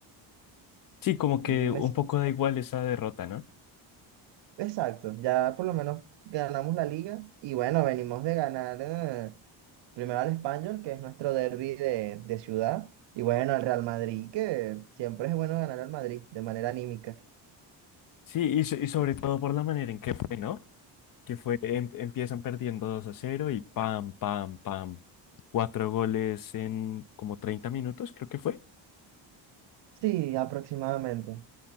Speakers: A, on the left; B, on the right.
A: Sí, como
B: Me
A: que un
B: siento-
A: poco da igual esa derrota, ¿no?
B: exacto, ya por lo menos ganamos la liga, y bueno, venimos de ganar. eh, Primero al Español, que es nuestro derbi de, de ciudad. Y bueno, al Real Madrid, que siempre es bueno ganar al Madrid de manera anímica.
A: Sí, y, so- y sobre todo por la manera en que fue, ¿no? que fue, em- empiezan perdiendo 2 a cero y pam, pam, pam. Cuatro goles en como 30 minutos, creo que fue.
B: Sí, aproximadamente.